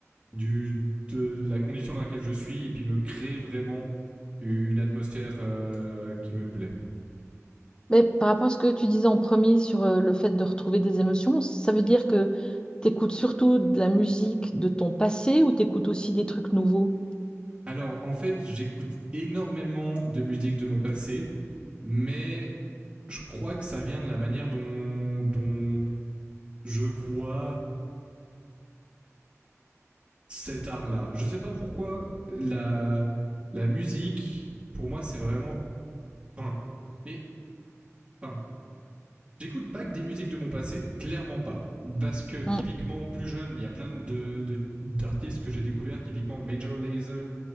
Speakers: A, on the right; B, on the left.
A: du, de la condition dans laquelle je suis et puis me créer vraiment une atmosphère euh, qui me plaît.
B: Mais par rapport à ce que tu disais en premier sur euh, le fait de retrouver des émotions, ça veut dire que t'écoutes surtout de la musique de ton passé ou t'écoutes aussi des trucs nouveaux?
A: Alors en fait, j'écoute énormément de musique de mon passé, mais je crois que ça vient de la manière dont, dont je vois cet art-là. Je sais pas pourquoi la, la musique, pour moi, c'est vraiment. Enfin, mais. Enfin, J'écoute pas que des musiques de mon passé, clairement pas. Parce que typiquement,
B: Mm.
A: plus jeune, il y a plein de, de- d'artistes que j'ai découverts, typiquement Major Lazer.